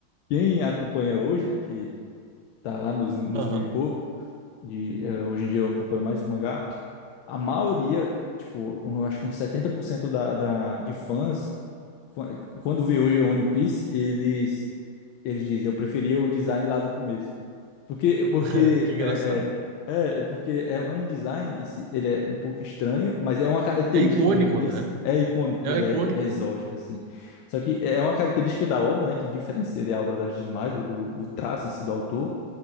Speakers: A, on the left (about 80°); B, on the right (about 75°).
A: quem acompanha hoje, né, que tá lá nos, nos
B: Aham,
A: mil e pouco, de, eh, hoje em dia eu acompanho mais o mangá, a maioria, tipo, um, eu acho que uns 70% da, da, de fãs, quan- quando vê hoje o One Piece, eles, eles dizem, eu preferia o design lá do começo. Porque, porque
B: <laughs> que engraçado.
A: é, é, é é porque é, é um design, em si, ele é um pouco estranho, mas é uma característica
B: É icônico,
A: de One Piece,
B: né?
A: né? É icônico, pois
B: É icônico.
A: é, é exótico, assim. Só que é uma característica da obra, né, que diferencia da obra das demais, o, o traço em si do autor,